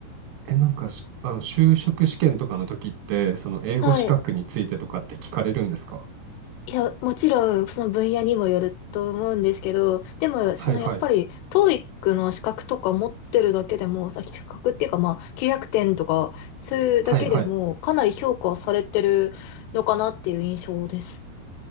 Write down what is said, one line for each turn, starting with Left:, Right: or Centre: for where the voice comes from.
Right: え、なんかし、あの、就職試験とかの時って、その英語資格についてとかって聞かれるんですか
Left: はい。いや、もちろん、その分野にもよると思うんですけど、でも、そのやっぱり、
Right: はいはい。
Left: TOEIC の資格とか持ってるだけでも、さ資格っていうか、まあ、900点とか、そういうだけでも、
Right: はいはい。
Left: かなり評価されてるのかなっていう印象です。